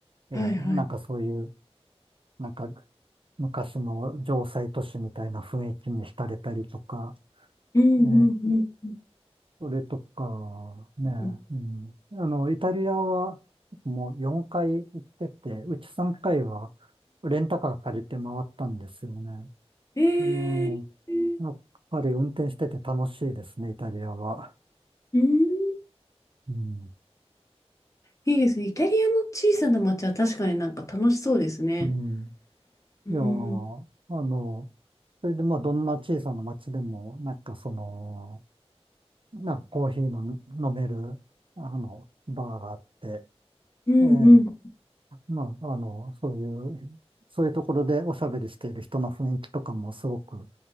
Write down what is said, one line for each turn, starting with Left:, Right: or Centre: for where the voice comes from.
Right: えーなんかそういう、
Left: はいはい。
Right: なんか昔の城塞都市みたいな雰囲気に浸れたりとか、
Left: うん。
Right: ええ、
Left: うん。うん。
Right: それとか、ね、
Left: うん
Right: うん。あの、イタリアはもう4回行ってて、うち3回はレンタカー借りて回ったんですよね。
Left: えー、
Right: ええ、
Left: えー、
Right: やっぱり運転してて楽しいですね、イタリアは。
Left: うん。
Right: うん。
Left: いいですね。イタリアの小さな町は確かになんか楽しそうですね。
Right: うん。
Left: うん、
Right: いやー、あの、それでまあ、どんな小さな町でも、なんかその、なんかコーヒーの飲める、あの、バーがあって、
Left: うん、
Right: ええ
Left: うん。
Right: まあ、あの、そういう、そういうところでおしゃべりしている人の雰囲気とかもすごく